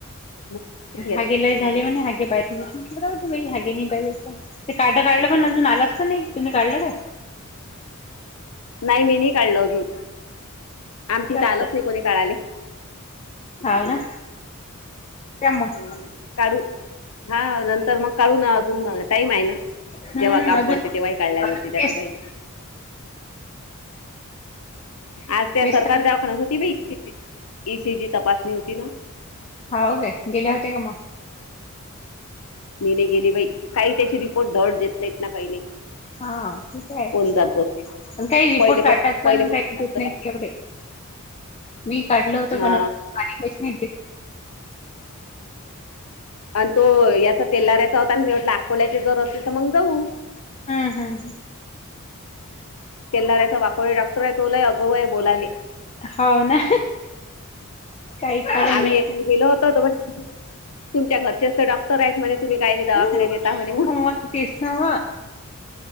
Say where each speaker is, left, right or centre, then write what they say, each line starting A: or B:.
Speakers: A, on the left; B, on the left.
A: मग घेतलं
B: हगे लय झाली
A: हा
B: म्हणे हगे पाहत बर होते बाई हगे नाही पाहिजे ते कार्ड काढलं पण अजून आलाच तर नाही तुम्ही काढलं काय?
A: नाही मी नाही काढल अजून आमची
B: काय
A: इथ आलंच नाही कोणी काढाले
B: हाव ना
A: ह
B: मग
A: हम काढू हा नंतर मग काढू ना अजून टाईम आहे ना.
B: हम्म
A: जेव्हा काम
B: अजून
A: पडते तेव्हाही काढल्या
B: अजून
A: जाते त्याच काही. आज त्या
B: तेच
A: सरकार
B: तर
A: दवा म्हणत होती बाई इ, सी, जी तपासणी होती ना.
B: हाव काय गेल्या होत्या का मग.?
A: मी नयी गेली बाई काय त्याची रिपोर्ट धड देत नाहीत ना काही नाही.
B: हा हा ते तर आहेच.
A: कोण जात बस
B: पण काही रिपोर्ट
A: पहिले प
B: काढतात
A: पहिले
B: पण
A: पहिले
B: काही दिसत नाही एवढे. मी काढलं होतं
A: हा
B: पण बाकी काहीच नाही
A: आणि तो याचा तेलऱ्याचा होता आणि मी म्हटला अकोल्याचे जर असले तर मग जाऊ.
B: हम्म, हम्म
A: तेलाऱ्याचा वाकोडे डॉक्टर आहे तो लय आगवु आहे बोलायले.
B: हाव ना.. काही खरं
A: आम्ही
B: नाही.
A: एक गेलो होतो म्हणे तुमच्या घरच्याच डाँक्टर आहेत म्हणे तुम्ही कायले दवाखान्याता
B: हम्म,
A: म्हणे मग.
B: तेच नव.